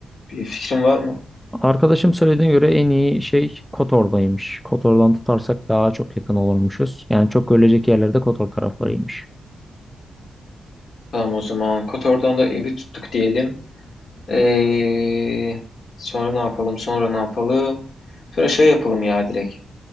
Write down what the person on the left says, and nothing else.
Bir fikrin var mı?
Tamam o zaman. Kotor'dan da evi tuttuk diyelim. Ee, sonra ne yapalım? Sonra ne yapalım? Sonra şey yapalım ya direkt.